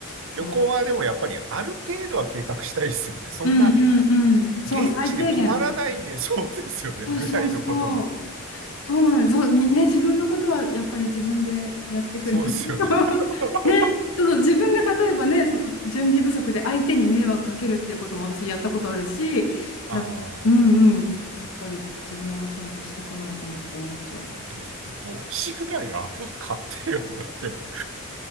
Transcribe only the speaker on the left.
そう。
うんうんうん。そう、
最低限。
そうそうそう。
そうなのよ。そう、みね、自分のことはやっぱり自分でやってくれないと
<laughs> ね、そう、自分が例えばね、その準備不足で相手に迷惑かけるっていうことも私やったことあるし、
だ、うんうん。やっぱり自分はちゃんとしとかないとなって思っちゃう。